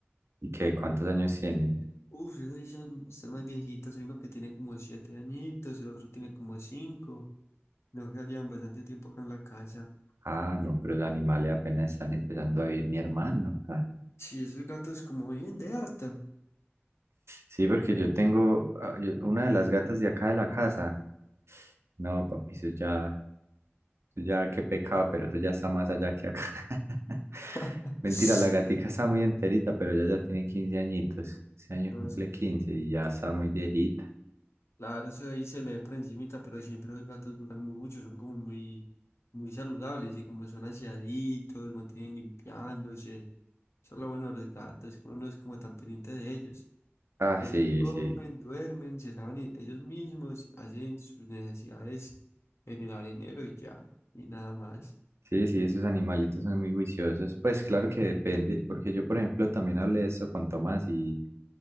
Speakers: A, on the right; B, on the left.
A: ¿Y qué? ¿Cuántos años tienen?
B: Uf, esos sí son, están más viejitos. Hay uno que tiene como siete añitos, el otro tiene como cinco. No, que llevan bastante tiempo acá en la casa.
A: Ah, no, pero los animales apenas están empezando a vivir mi hermano. Ah,
B: Sí, esos gatos como viven de harta.
A: Sí, porque yo tengo ah, yo- una de las gatas de acá de la casa. No, papi, eso ya, eso ya qué pecado, pero eso ya está más allá que acá. <laughs>
B: <sniffs>
A: Mentira, la gatica está muy enterita, pero ella ya tiene 15 añitos. Ese año
B: No,
A: cumple
B: es que,
A: 15 y ya está muy viejita.
B: claro, eso ahí se le ve por encimita, pero siempre los gatos duran mucho, son como muy, muy saludables y como son aseaditos, mantienen limpiándose. Eso es lo bueno de los gatos, que uno no es como tan pendiente de ellos.
A: Ah,
B: Ellos
A: sí,
B: comen,
A: sí.
B: duermen, se lavan e- ellos mismos, hacen sus necesidades en el arenero y ya, y nada más.
A: Sí, sí, esos animalitos son muy juiciosos. Pues claro que depende, porque yo, por ejemplo, también hablé de esto con Tomás y,